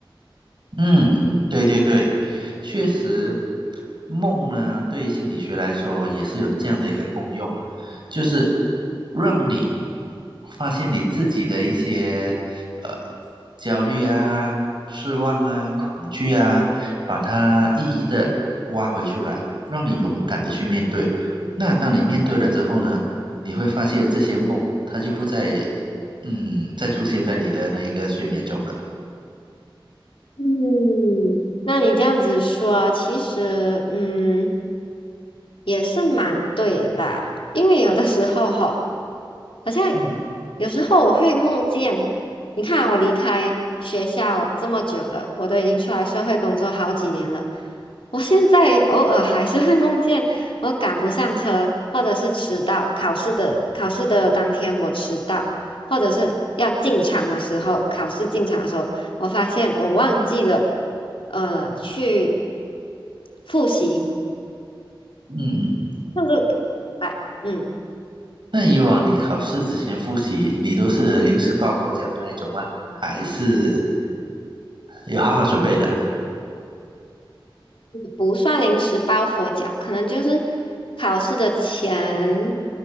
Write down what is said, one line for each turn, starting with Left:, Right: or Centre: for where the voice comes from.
Right: 嗯，对对对，确实，梦呢，对于心理学来说也是有这样的一个功用，就是让你发现你自己的一些呃焦虑啊、失望啊、恐惧啊，把它一一的挖回出来，让你勇敢的去面对。那当你面对了之后呢，你会发现这些梦它就不再嗯再出现在你的那一个睡眠中了。
Left: 嗯，那你这样子说，其实嗯也是蛮对啦，因为有的时候哈，好像
Right: 嗯
Left: 有时候我会梦见，你看啊我离开学校这么久了，我都已经出来社会工作好几年了，我现在偶尔还是会梦见我赶不上车，或者是迟到，考试的考试的当天我迟到。或者是要进场的时候，考试进场的时候，我发现我忘记了，呃，去复习，
Right: 嗯。嗯
Left: 就是哎，嗯，
Right: 那以往你考试之前复习，你都是临时抱佛脚的那一种吗？还是有好好准备的？
Left: 不算临时抱佛脚，可能就是考试的前